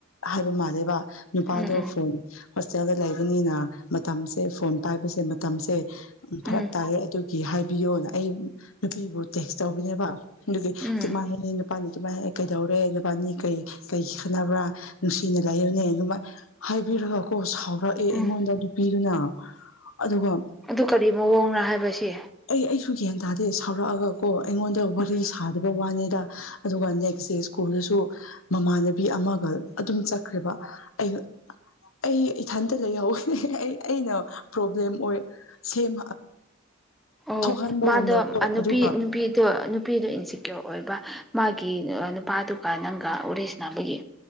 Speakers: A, on the left (about 80°); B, in the centre.
A: ꯍꯥꯏꯕ ꯃꯥꯜꯂꯦꯕ ꯅꯨꯄꯥꯗꯣ
B: ꯎꯝ ꯎꯝ
A: ꯐꯣꯟ ꯍꯣꯁꯇꯦꯜꯗ ꯂꯩꯕꯅꯤꯅ ꯃꯇꯝꯁꯦ ꯐꯣꯟ ꯄꯥꯏꯕꯁꯦ ꯃꯇꯝꯁꯦ ꯎ ꯐꯔꯛ
B: ꯎꯝ
A: ꯇꯥꯏꯌꯦ ꯑꯗꯨꯒꯤ ꯍꯥꯏꯕꯤꯌꯣꯅ ꯑꯩ ꯅꯨꯄꯤꯕꯨ ꯇꯦꯛꯁ ꯇꯧꯕꯤꯅꯦꯕ ꯑꯗꯨꯒꯤ
B: ꯎꯝ
A: ꯇꯤꯃꯥ ꯍꯦꯛ ꯅꯨꯄꯥꯅꯤ ꯇꯤꯃꯥ ꯍꯦꯛ ꯀꯩꯗꯧꯔꯦ ꯅꯨꯄꯥꯅꯤ ꯀꯩ ꯀꯩ ꯈꯥꯟꯠꯅꯕ꯭ꯔꯥ ꯅꯨꯡꯁꯤꯅ ꯂꯩꯌꯅꯦ ꯑꯗꯨꯃꯥꯏꯅ ꯍꯥꯏꯕꯤꯔꯒ ꯀꯣ ꯁꯥꯎꯔꯛꯑꯦ ꯑꯩꯉꯣꯟꯗ
B: ꯎꯝ
A: ꯑꯗꯨꯄꯤꯗꯨꯅ ꯑꯗꯨꯒ
B: ꯑꯗꯨ ꯀꯔꯤ ꯃꯑꯣꯡꯔ ꯍꯥꯏꯕꯁꯦ
A: ꯑꯩ ꯑꯩꯁꯨ ꯒ꯭ꯌꯥꯟ ꯇꯥꯦ ꯁꯥꯎꯔꯛꯑꯒ ꯀꯣ ꯑꯩꯉꯣꯟꯗ ꯋꯥꯔꯤ
B: ꯎꯝ
A: ꯁꯥꯗꯕ ꯋꯥꯅꯦ ꯑꯗꯨꯒ ꯅꯦꯛꯁ ꯗꯦ ꯁ꯭ꯀꯨꯜꯗꯁꯨ ꯃꯃꯥꯟꯅꯕꯤ ꯑꯃꯒ ꯑꯗꯨꯝ ꯆꯠꯈ꯭ꯔꯦꯕ ꯑꯩ ꯑꯩ ꯏꯊꯟꯇ ꯂꯩꯍꯧꯋꯦꯅꯦ ꯑꯩ ꯑꯩꯅ ꯄ꯭ꯔꯣꯕ꯭ꯂꯦꯝ ꯑꯣꯏ ꯁꯦꯝ
B: ꯑꯣ
A: ꯊꯣꯛꯍꯟꯕꯒꯨꯝꯅꯀꯣ
B: ꯃꯥꯗ ꯅꯨꯄꯤ
A: ꯑꯗꯨꯒ
B: ꯅꯨꯄꯤꯗꯣ ꯅꯨꯄꯤꯗꯣ ꯏꯟꯁꯤꯀ꯭ꯌꯣꯔ ꯑꯣꯏꯕ ꯃꯥꯒꯤ ꯅꯨꯄꯥꯗꯨꯒ ꯅꯪꯒ ꯎꯔꯦꯁ ꯅꯥꯕꯒꯤ